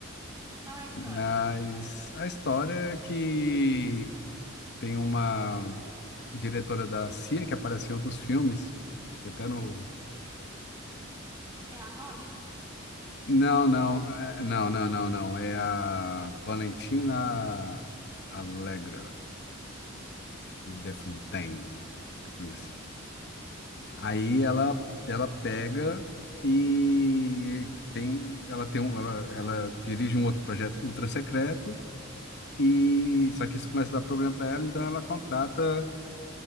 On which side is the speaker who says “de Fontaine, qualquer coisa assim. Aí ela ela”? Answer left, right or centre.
Left